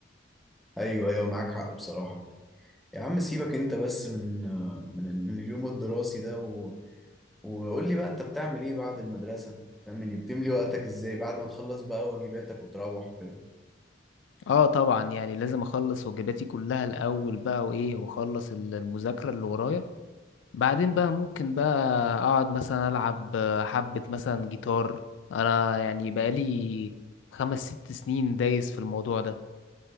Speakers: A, in the centre; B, on the left.
A: ايوه ايوه معاك حق بصراحه يا عم سيبك انت بس من من ال- من اليوم الدراسي ده و... وقول لي بقى انت بتعمل ايه بعد المدرسه فاهمني بتملي وقتك ازاي بعد ما تخلص بقى واجباتك وتروح وكده
B: اه طبعا يعني لازم اخلص واجباتي كلها الاول بقى وايه واخلص المذاكره اللي ورايا بعدين بقى ممكن بقى اقعد مثلا العب حبة مثلا جيتار انا يعني بقالي خمس ست سنين دايس في الموضوع ده